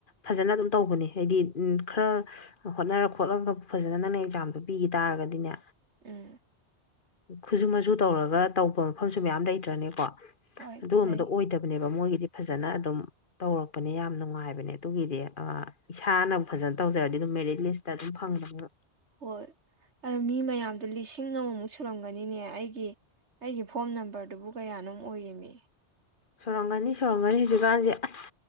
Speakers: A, on the left; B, on the right.
A: ꯐꯖꯅ ꯑꯗꯨꯝ ꯇꯧꯕꯅꯦ ꯍꯥꯏꯗꯤ ꯎꯝ ꯈꯔ ꯍꯣꯠꯅꯔ ꯈꯣꯠꯂꯒ ꯐꯖꯅ ꯅꯪꯅꯦ ꯑꯦꯛꯖꯥꯝꯗꯣ ꯄꯤꯒꯤ ꯇꯥꯔꯒꯗꯤꯅꯦ
B: ꯎꯝ
A: ꯈꯨꯁꯨꯨ ꯃꯆꯨ ꯇꯧꯔꯒ ꯇꯧꯕ ꯃꯐꯝꯁꯨ ꯃꯌꯥꯝ ꯂꯩꯇ꯭ꯔꯅꯦꯀꯣ
B: ꯍꯣꯏ
A: ꯑꯗꯨꯒꯨꯝꯕꯗꯣ
B: ꯂꯩ
A: ꯑꯣꯏꯗꯕꯅꯦꯕ ꯃꯣꯏꯒꯤꯗꯤ ꯐꯖꯅ ꯑꯗꯨꯝ ꯇꯧꯔꯛꯄꯅꯦ ꯌꯥꯝ ꯅꯨꯡꯉꯥꯏꯕꯅꯦ ꯑꯗꯨꯒꯤꯗꯤ ꯑꯥ ꯏꯁꯥꯅ ꯐꯖꯅ ꯇꯧꯖꯔꯗꯤ ꯑꯗꯨꯝ ꯃꯦꯔꯤꯠ ꯂꯤꯁ ꯑꯗꯨꯝ ꯐꯪꯗꯕ
B: ꯍꯣꯏ ꯑꯗꯨ ꯃꯤ ꯃꯌꯥꯝꯗꯣ ꯂꯤꯁꯤꯡ ꯑꯃꯃꯨꯛ ꯁꯨꯔꯝꯒꯅꯤꯅꯦ ꯑꯩꯒꯤ ꯑꯩꯒꯤ ꯐꯣꯟ ꯅꯝꯕꯔꯗꯨꯕꯨ ꯀꯌꯥꯅꯣꯝ ꯑꯣꯏꯔꯤꯃꯤ
A: ꯁꯨꯔꯝꯒꯅꯤ ꯁꯨꯔꯝꯒꯅꯤ ꯍꯧꯖꯤꯛꯀꯥꯟꯁꯦ ꯑꯁ